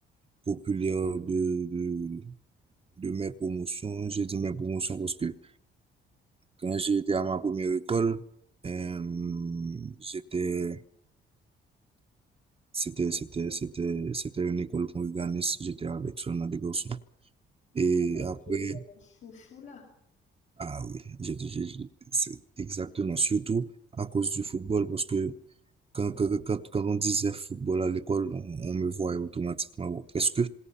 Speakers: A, on the right; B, on the left.
A: populaire de, de, de mes promotions. J'ai dit mes promotions parce que quand j'ai été à ma première école, euh, j'étais, c'était, c'était, c'était, c'était une école qu'on organise. J'étais avec seulement des garçons. Et
B: Ah, donc
A: après,
B: tu es ton chouchou là.
A: ah oui, j'ai, j'ai- j'ai- c'est exactement, surtout à cause du football parce que quand, quand, quand, quand on disait football à l'école, on, on me voyait automatiquement, bon, presque.